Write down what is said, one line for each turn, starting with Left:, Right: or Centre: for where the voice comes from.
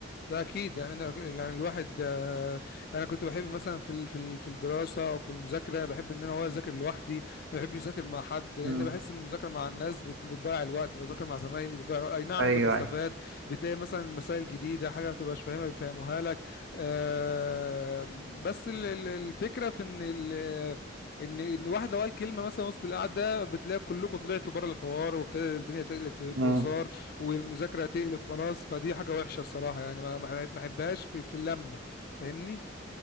Left: ده اكيد يعني انا يعني الواحد آه، انا كنت بحب مثلا في ال- في ال- في الدراسه او في المذاكره بحب ان انا هو اذاكر لوحدي ما بحبش اذاكر مع حد لان
Right: امم
Left: بحس ان المذاكره مع الناس بت- بتضيع الوقت بذاكر مع زمايلي بتضيع الوقت. اي نعم
Right: ايوه
Left: انت بتستفاد
Right: ايوه
Left: بتلاقي مثلا مسائل جديده حاجه ما بتبقاش فاهمها بيفهموها لك آه، بس ال- ال- الفكره في ان ال- ان ان واحد لو قال كلمه مثلا وسط القعده بتلاقي كلكم طلعتوا بره الحوار وابتدى الدنيا تقلب في بهزار
Right: امم
Left: والمذاكره هتقلب خلاص فدي حاجه وحشه الصراحه يعني ما ما ما احبهاش في في اللمه فاهمني